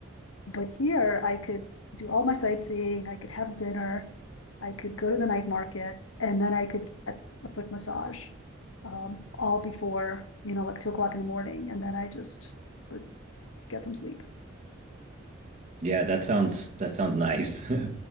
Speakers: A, on the left; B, on the right.
A: But here I could do all my sightseeing. I could have dinner. I could go to the night market and then I could get a foot massage um, all before, you know, like two o'clock in the morning. And then I just would get some sleep.
B: Yeah, that sounds that sounds nice. <laughs>